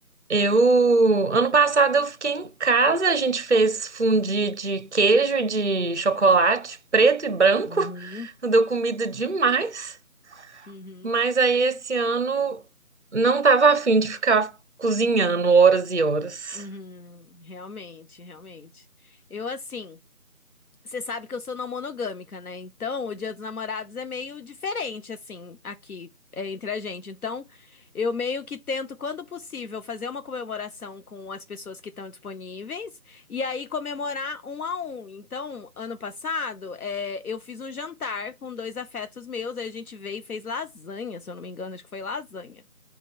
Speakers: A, on the right; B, on the left.
A: Eu, ano passado eu fiquei em casa, a gente fez fondue de queijo e de chocolate preto e branco.
B: Uhum.
A: <laughs> Deu comida demais.
B: Uhum,
A: Mas aí esse ano não tava afim de ficar cozinhando horas e horas.
B: uhum, realmente, realmente. Eu assim. Você sabe que eu sou não monogâmica, né? Então, o Dia dos Namorados é meio diferente, assim, aqui, é, entre a gente. Então, eu meio que tento, quando possível, fazer uma comemoração com as pessoas que estão disponíveis e aí comemorar um a um. Então, ano passado, é, eu fiz um jantar com dois afetos meus, aí a gente veio e fez lasanha, se eu não me engano, acho que foi lasanha.